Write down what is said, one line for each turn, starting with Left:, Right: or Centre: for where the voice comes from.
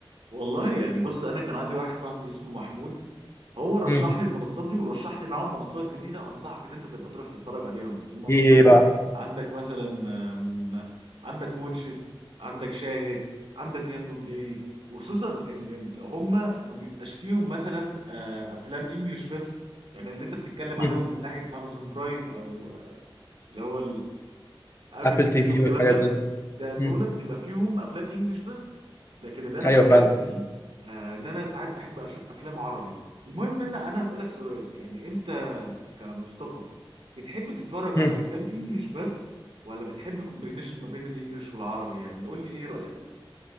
Right: والله يعني بص انا كان عندي واحد صاحبي اسمه محمود هو رشح
Left: امم
Right: لي المنصات دي ورشح لي معاهم منصات جديده انصحك ان انت تبقى تروح تتفرج عليهم المنصات
Left: ايه
Right: دي
Left: بقى
Right: عندك مثلا آم، عندك واتشت عندك شاهد عندك يانجو بلاي وخصوصا ان ال- هما ما بيبقاش فيهم مثلا آه، افلام انجلش بس يعني اللي انت بتتكلم
Left: مم.
Right: عليهم من ناحيه امازون برايم او اللي هو ابل
Left: ابل
Right: تي
Left: تي
Right: في
Left: في
Right: والكلام
Left: والحاجات
Right: ده
Left: دي
Right: ده دولت
Left: مم.
Right: بيبقى فيهم افلام انجلش بس لكن اللي انا
Left: ايوه
Right: بتكلم
Left: فعلا
Right: فيه آه ان انا ساعات بحب اشوف افلام عربي المهم ان انا هسالك سؤال يعني انت كمصطفى بتحب تتفرج
Left: مم.
Right: على افلام انجلش بس ولا بتحب كومبينيشن ما بين الانجليش والعربي يعني قول لي ايه رايك